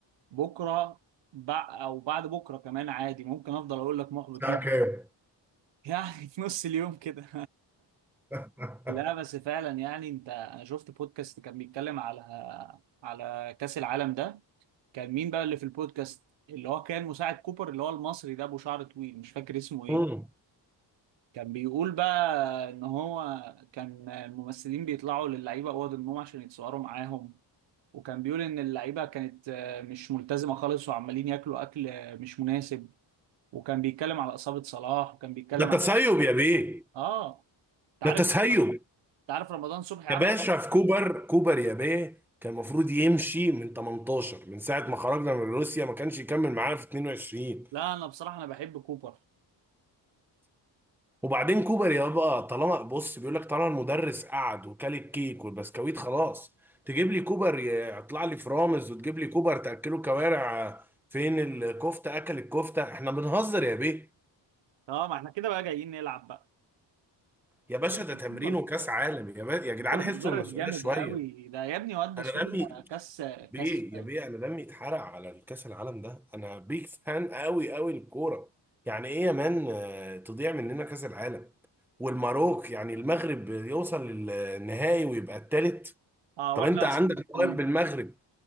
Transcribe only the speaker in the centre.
ساعه
كام
<laughs>
امم
ده تسيب
يا بيه
ده تسيب
يا باشا في كوبر كوبر يا بيه كان المفروض يمشي من 18 من ساعة ما خرجنا من روسيا ما كانش يكمل معانا في 22
وبعدين كوبر يابا طالما بص بيقول لك طالما المدرس قعد وكل الكيك والبسكويت خلاص تجيب لي كوبر ي- يطلع لي فرامز وتجيب لي كوبر تأكله كوارع فين الكفتة أكل الكفتة احنا بنهزر يا بيه
يا باشا
ده تمرين
وكأس عالم يا, با... يا جدعان
حسوا
المسؤولية
شوية
انا
دمي
بيه
يا بيه انا دمي اتحرق على الكاس العالم ده انا بيك فان قوي قوي للكوره يعني ايه يا مان آه، تضيع مننا كاس العالم والمروك يعني المغرب يوصل للنهائي ويبقى التالت
طب
انت عندك
مواهب بالمغرب